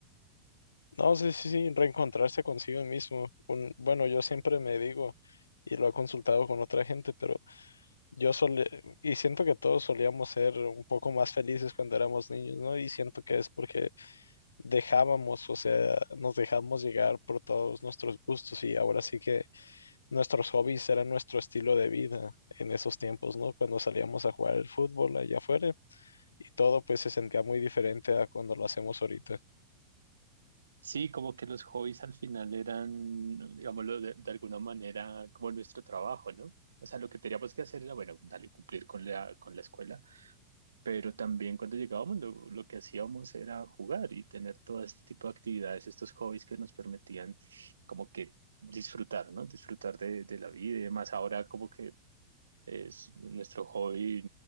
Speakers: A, on the left; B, on the right.
A: No, sí, sí, sí, reencontrarse consigo mismo. Un, bueno, yo siempre me digo, y lo he consultado con otra gente, pero yo solía, y siento que todos solíamos ser un poco más felices cuando éramos niños, ¿no? Y siento que es porque dejábamos, o sea, nos dejamos llegar por todos nuestros gustos y ahora sí que nuestros hobbies eran nuestro estilo de vida en esos tiempos, ¿no? Cuando salíamos a jugar el fútbol allá afuera y todo pues se sentía muy diferente a cuando lo hacemos ahorita.
B: Sí, como que los hobbies al final eran, digámoslo, de, de alguna manera como nuestro trabajo, ¿no? O sea, lo que teníamos que hacer era, bueno, dale, cumplir con la, con la escuela, pero también cuando llegábamos lo, lo que hacíamos era jugar y tener todo este tipo de actividades, estos hobbies que nos permitían como que disfrutar, ¿no? Disfrutar de, de la vida y demás. Ahora como que es, nuestro hobby